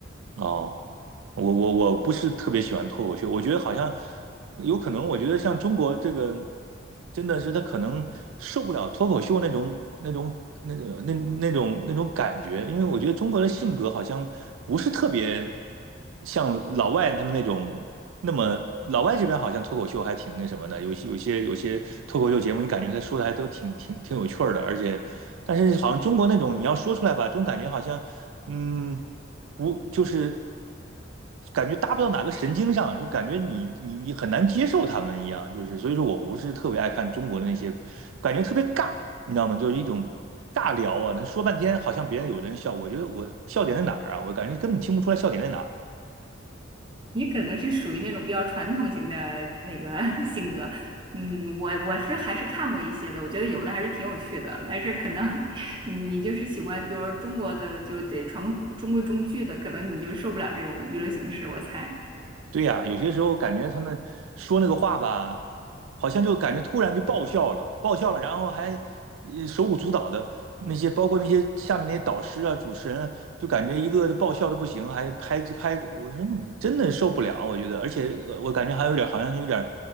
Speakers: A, on the right (about 80°); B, on the right (about 25°).
A: 哦。我我我不是特别喜欢脱口秀，我觉得好像有可能，我觉得像中国这个，真的是他可能受不了脱口秀那种那种那种那那种那种感觉，因为我觉得中国的性格好像不是特别像老外他们那种那么，老外这边好像脱口秀还挺那什么的，有些有些有些脱口秀节目，你感觉他说的还都挺挺挺有趣儿的，而且但是好像中国那种你要说出来吧，这种感觉好像嗯。无就是感觉搭不到哪个神经上，就感觉你你你很难接受他们一样，就是所以说我不是特别爱看中国的那些，感觉特别尬，你知道吗？就是一种尬聊啊，他说半天好像别人有的人笑，我觉得我笑点在哪儿啊？我感觉根本听不出来笑点在哪儿。
B: 你可能是属于那种比较传统型的那个 <laughs> 性格，嗯，我我是还是看过一些的，我觉得有的还是挺有趣的，但是可能 <laughs> 你你就是喜欢，比如说中国的，就是得传中规中矩的，可能你就受不了这种娱乐形式，我猜。
A: 对呀，有些时候感觉他们说那个话吧，好像就感觉突然就爆笑了，爆笑了，然后还呃手舞足蹈的那些，包括那些下面那些导师啊、主持人啊就感觉一个个爆笑的不行，还拍拍，我说你真的受不了，我觉得，而且呃我感觉还有点好像有点